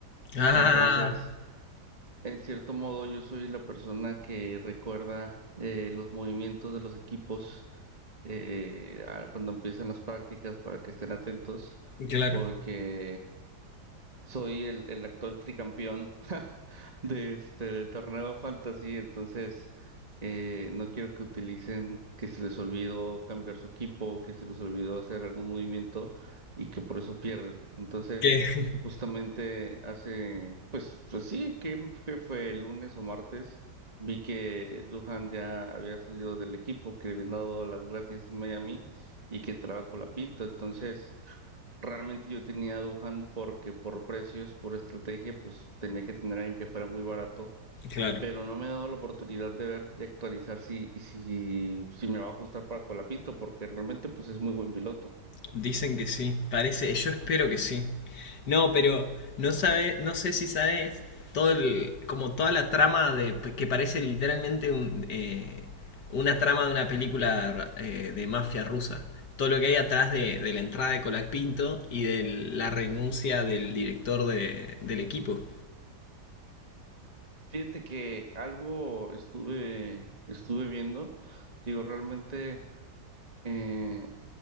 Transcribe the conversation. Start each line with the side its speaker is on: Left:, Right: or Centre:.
Left: Ah,
Right: Entonces, en cierto modo, yo soy la persona que recuerda eh, los movimientos de los equipos eh, a- cuando empiezan las prácticas para que estén atentos,
Left: Claro.
Right: porque soy el, el actual tricampeón <laughs> de este, del torneo Fantasy, entonces eh, no quiero que utilicen que se les olvidó cambiar su equipo, que se les olvidó hacer algún movimiento y que por eso pierden. Entonces,
Left: Que,
Right: justamente
Left: <laughs>
Right: hace, pues, pues sí, que fue, fue el lunes o martes, vi que Duhan ya había salido del equipo, que le habían dado las gracias en Miami y que entraba con la pinta. Entonces, Realmente yo tenía a Duhan porque por precios, por estrategia, pues tenía que tener a alguien que fuera muy barato,
Left: claro.
Right: pero no me he dado la oportunidad de ver y actualizar si, y si, si me va a ajustar para Colapinto, porque realmente pues es muy buen piloto.
Left: Dicen que sí, parece, yo espero que sí. No, pero no sabe, no sé si sabes todo el, como toda la trama de que parece literalmente un, eh, una trama de una película eh, de mafia rusa. Todo lo que hay atrás de, de la entrada de Colak Pinto y de la renuncia del director de, del equipo.
Right: Fíjate que algo estuve, estuve viendo, digo, realmente eh,